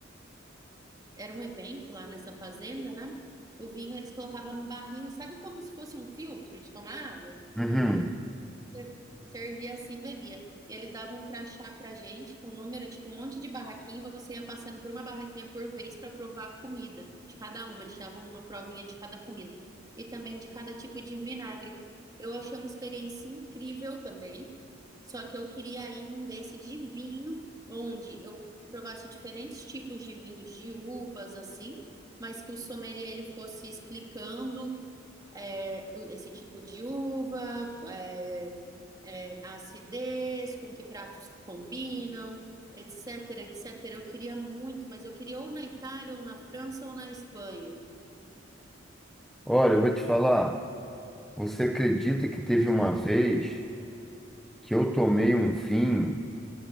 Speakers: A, on the right; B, in the centre.
A: era um evento lá nessa fazenda, né? O vinho eles colocavam num barril e sabe como se fosse um filtro de tomar água?
B: Uhum.
A: Você servia assim, bebia. E eles davam um crachá pra gente com um número, tipo um monte de barraquinha, e você ia passando por uma barraquinha por vez pra provar a comida de cada uma. Eles davam uma provinha de cada comida e também de cada tipo de vinagre. Eu achei uma experiência incrível também. Só que eu queria ir em um desse de vinho, onde eu provasse diferentes tipos de vinhos de uvas, assim, mas que o sommelier ele fosse explicando é, esse tipo de uva, é, a acidez, com que pratos combinam, etc, etc. Eu queria muito, mas eu queria ou na Itália, ou na França, ou na Espanha.
B: Olha, eu vou te falar. Você acredita que teve uma vez que eu tomei um vinho